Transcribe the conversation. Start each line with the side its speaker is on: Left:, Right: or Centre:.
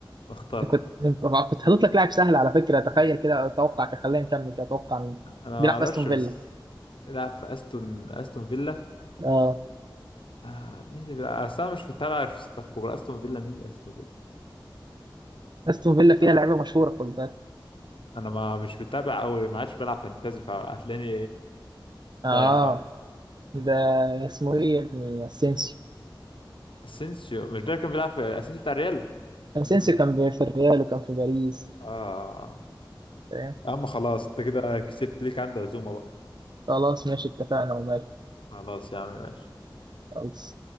Left: مختار
Right: كنت كنت حاطط لك لاعب سهل على فكرة تخيل كده أتوقع كده خلينا نكمل كده أتوقع مين
Left: انا
Right: بيلعب
Left: ما اعرفش
Right: في أستون فيلا
Left: بس لا في استون استون فيلا
Right: أه
Left: آه مين اللي بيلعب اصل انا مش متابع غير في ستة كوره استون فيلا مين استون فيلا
Right: أستون فيلا فيها
Left: لا
Right: لعيبة مشهورة خد بالك
Left: انا ما مش متابع قوي ما عادش بلعب فانتازي فهتلاقيني
Right: أه
Left: ضايع خالص
Right: ده اسمه إيه يا ابني أسينسيو
Left: اسينسيو مش ده اللي كان بيلعب في اسينسيو بتاع ريال
Right: أسينسيو
Left: امم
Right: كان في الريال وكان في باريس
Left: اه
Right: فاهم
Left: يا عم خلاص انت كده كسبت ليك عندي عزومة بقى
Right: خلاص ماشي اتفقنا ومال
Left: خلاص يا عم ماشي
Right: خلاص